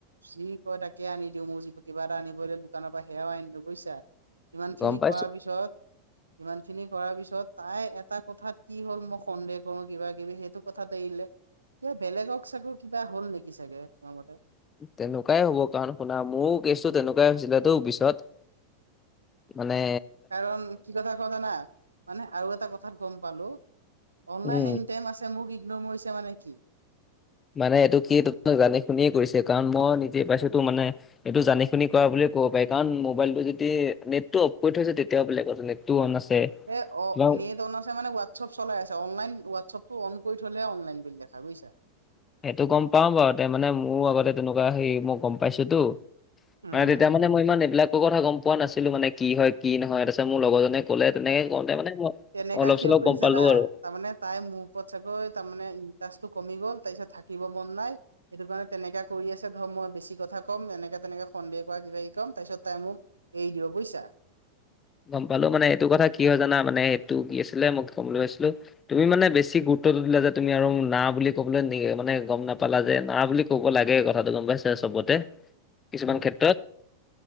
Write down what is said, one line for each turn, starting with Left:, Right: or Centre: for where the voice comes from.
Right: যি কয় তাকে আনি‌ দিও, মোৰ যিটো কিবা এটা আনিব‌লে দোকানৰ পৰা সেয়াও আনি দিওঁ বুইছা। ইমান
Left: গম
Right: খিনি
Left: পাইছো
Right: কৰাৰ পিছত ইমান খিনি কৰাৰ পিছত তাই এটা কথাত কি হ'ল, ম সন্দেহ ক কিবা কিবি সেইটো কথা এৰিলে ক বেলেগক চাগ কিবা হল নেকি চাগে তোমাৰ মতে
Left: তেনেকুৱাই হ'ব কাৰণ শুনা মোৰো কেছো তেনেকুৱাই হৈছিলেতো পিছত মানে
Right: কাৰণ কি কথা ক জানা মানে আৰু এটা কথাত গম পালো। অনলাইন
Left: উম
Right: এনি টাইম আছে মোক ইগনো মইছে মানে কি?
Left: মানে এইটো কি তাক জানি শুনিয়ে কৰিছে কাৰণ মই নিজে পাইছোটো। মানে এইটো জানি শুনি কৰা ব বুলি ক'ব পাৰি কাৰণ মোবাইলটো যদি নেটটো অফ কৰি থৈছে তেতিয়াও বেলেগ কথা নেটটো অন আছে।
Right: এ অ
Left: তোমাক
Right: নেদ আছে মানে ৱা- ছপ চলাই আছে অনলাইন হোৱাটছপটো অন কৰি থলে অনলাইন বুলি দেখাই বুজিছা।
Left: এইটো গম পাও বাৰু তে মানে মোৰো আগতে তেনেকুৱা হেৰি মই গম পাইছোটো।
Right: উম
Left: মানে তেতিয়া মানে মই ইমান এইবিলাকো কথা গম পোৱা নাছিলো মানে কি হয় কি নহয় তাছত মোৰ লগৰজনে ক'লে তেনেকে কওঁতে মানে মই
Right: তেনেকা
Left: অলপ
Right: কিয়
Left: চলপ
Right: কৰিছে
Left: গম পালো
Right: জানা
Left: আৰু।
Right: তাৰমানে তাই মোৰ ওপৰত চাগৈ তাৰমানে ইণ্টাৰেষ্টটো কমি গ'ল তাইছত থাকিব মন নাই। সেইটো কাৰণে তেনেকা কৰি আছে ধৰ মই বেছি কথা কম, এনেকে তেনেকে সন্দেহ কৰা কিবা কম। তাইছত তাই মোক এৰি দিব বুইছা।
Left: গম পালো মানে এইটো কথা কি হয় জানা মানে এইটো কি আছিলে মই কবলে গৈছিলো। তুমি মানে বেছি গুৰুত্বটো দিলা যে তুমি আৰু না বুলি কবলৈ নি মানে গম নাপালা যে না বুলি ক'ব লাগে কথাটো গম পাইছে চবতে কিছুমান
Right: উম
Left: ক্ষেত্ৰত